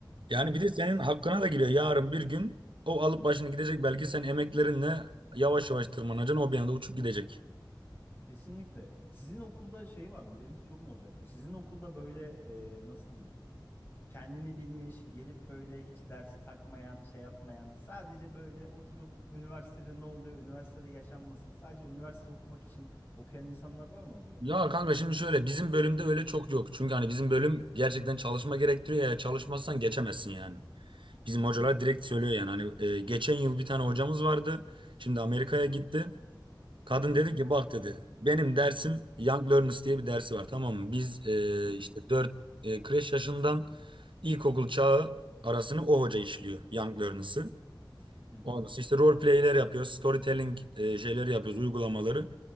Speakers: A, on the right; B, on the left.
A: Yani
B: Bence
A: bir de
B: siz-
A: senin hakkına da giriyor yarın bir gün o alıp başını gidecek belki sen emeklerinle yavaş yavaş tırmanacaksın o bir anda uçup gidecek.
B: kesinlikle. Sizin okulda şey var mı? Benim bir sorum olacaktı. Sizin okulda böyle e, nasıl diyeyim? kendini bilmiş, gelip böyle hiç dersi takmayan, şey yapmayan, sadece böyle oturup üniversitede ne oluyor, üniversitede yaşam nasıl, sadece üniversite okumak için okuyan insanlar var mı acaba
A: Ya
B: kanka?
A: kanka şimdi şöyle bizim bölümde öyle çok yok. Çünkü hani bizim bölüm gerçekten çalışma gerektiriyor ya çalışmazsan geçemezsin yani. Bizim
B: Hı hı,
A: hocalar direkt söylüyor yani hani e, geçen yıl bir tane hocamız vardı. Şimdi Amerika'ya
B: hı
A: gitti.
B: hı,
A: Kadın
B: hı
A: dedi
B: hı,
A: ki bak dedi benim dersim Young Learners diye bir dersi var tamam mı? Biz e,
B: hı hı,
A: işte 4 kreş yaşından ilkokul çağı arasını o hoca işliyor Young Learners'ı.
B: hı hı,
A: Ondan sonra işte role play'ler yapıyoruz. Storytelling e, şeyleri yapıyoruz, uygulamaları.